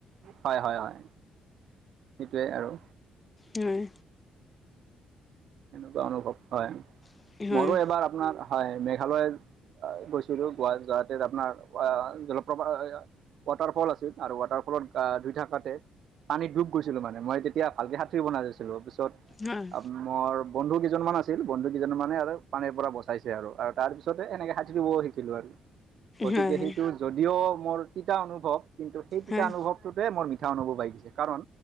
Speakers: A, on the right; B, on the left.
A: হয় হয় হয়, হয় সেইটোৱে আৰু।
B: উম।
A: তেনেকুৱা অনুভৱ হয়,
B: হয়
A: মোৰো এবাৰ আপোনাৰ হয়, মেঘালয়ত গৈছিলোঁ গুৱাহাটী যাওঁতে আপোনাৰ, জলপ্ৰপাত ৱাটাৰফল আছিল আৰু ৱাটাৰফলত ধুই থাকাতে পানীত ডুব গৈছিলো মানে, মই তেতিয়া ভালকে সাঁতুৰিব নাজানিছিলো, পিছত
B: হয়
A: আপো মোৰ বন্ধু কেইজনমান আছিল, বন্ধু কেইজনে মানে আৰু পানীৰ পৰা বচাইছে আৰু, তাৰ পিছতে এনেকে সাঁতুৰিব শিক কিলো আৰু, <unintelligible> গতিকে
B: হয় হয়
A: সেইটো যদিও মোৰ তিতা অনুভৱ, কিন্তু সেই তিতা
B: হয়
A: অনুভৱ হেইটোতে মোৰ মিঠা অনুভৱ আহি গৈছে, কাৰণ